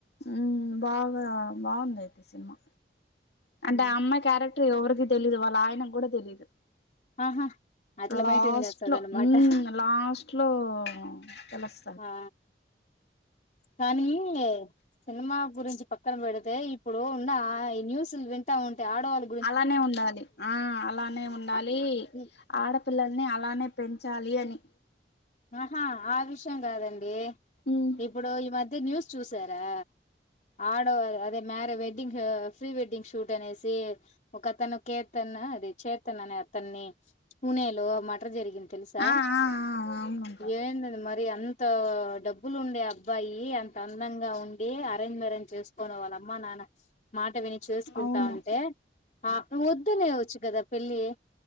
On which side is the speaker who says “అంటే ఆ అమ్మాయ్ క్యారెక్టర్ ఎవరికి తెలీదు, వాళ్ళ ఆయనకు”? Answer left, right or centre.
Left